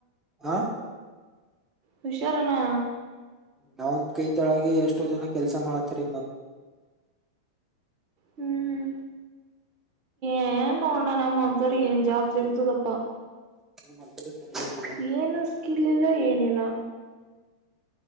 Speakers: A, on the right (about 15°); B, on the right (about 45°).
A: ಹ
B: ಹುಷಾರನಾ
A: ನಾವಂದ್ ಕೈ ತೊಳಗೆ ಎಷ್ಟೋ ಜನ ಕೆಲ್ಸ ಮಾಡತರಿ
B: ಹ್ಮ್ ಹ್ಮ್ ಏನು ಅಣ್ಣ ನಮ್ಮ ಒಂತರಿ ಏನ್ ಜಾಬ್ ಸಿಗತು ತಪ್ಪಾ
A: <unintelligible>
B: ಏನು ಸ್ಕಿಲ್ ಇಲ್ಲ ಏನಿಲ್ಲ